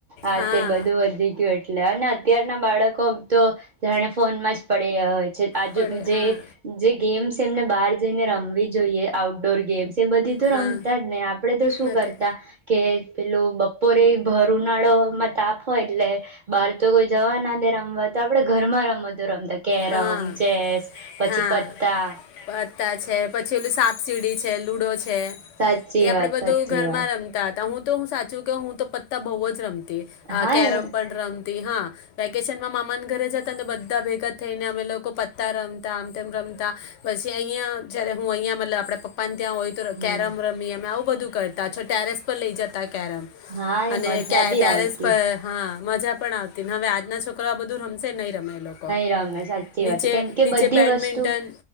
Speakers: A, on the right (about 50°); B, on the left (about 80°).
A: આ
B: હા
A: તે બધું વધી ગયું એટલે લેનો ના અત્યાર ના બાળકો તો જાણે ફોનમાં જ પડી રહ્યો હોય જ આજ
B: પડે
A: જે
B: હા
A: જે ગેમ્સ તેમને બહાર જઈને રમવી જોઈએ આઉટડોર ગેમ્સ એ બધી તો
B: હા
A: રમતા જ ને આપડે તો શું
B: નથી
A: કરતા કે પેલું બપોરે ભર ઉનાળો માં તાપ હોય એટલે બહાર તો કોઈ જવા ના દે રમવા તો આપડે ઘરમાં રમત જો રમતા કેરમ
B: હા
A: ચેસ પછી
B: હા
A: પત્તા
B: પત્તા છે પછી ઓલું સાપસીડી છે લુડો હે
A: સાચી
B: એ આપડે
A: વાત
B: બધું
A: સાચી
B: ઘરમાં
A: વાત
B: રમતા હતા હું તો હું સાચું કે હું તો પત્તા બહુ જ રમી તે આ
A: હા
B: કેરમ
A: એ
B: પણ રમ કે હા વેકેશન માં મામાના ઘરે જતાને તો બધા ભેગા થઈને અમે લોકો પત્તા રમતા, આમ તેમ રમતા. પછી અહીંયા જ્યારે હું અહીંયા મતલબ આપણા પપ્પાને ત્યાં હોય તો
A: હમ
B: કેરમ રમીએ. મે આવું બધું કરતા છ ટેરેસ પર લઈ જતા કેરમ
A: હા એ
B: અને
A: મજા
B: કે
A: બી
B: ટેરેસ
A: આવતી
B: પર, હા. મજા પણ આવતી ને હવે આજના છોકરો આ બધું રમશે નહી <unintelligible> લોકો.
A: <unintelligible> સાચી
B: નીચે
A: વાત છે કેમ કે
B: નીચે
A: બધી
B: બેડમિન્ટન
A: વસ્તુ